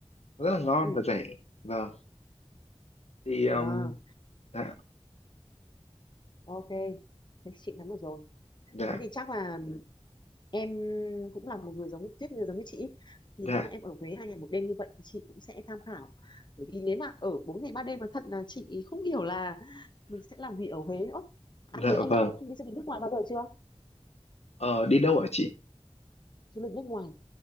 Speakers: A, on the left; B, on the left.
A: rất là ngon
B: ừ
A: và rẻ vâng thì um,
B: à
A: dạ
B: ok thế chị nắm được rồi
A: dạ
B: thế thì chắc là em cũng là một người giống như Tuyết như giống như chị ý. thì
A: dạ
B: nếu mà em ở Huế hai ngày một đêm như vậy thì chị cũng sẽ tham khảo bởi vì nếu mà ở bốn ngày ba đêm mà thật là chị không hiểu là mình sẽ làm gì ở Huế nữa à
A: dạ
B: thế em
A: vâng
B: đã đi du lịch nước ngoài bao giờ chưa
A: Ờ, đi đâu ạ chị
B: du lịch nước ngoài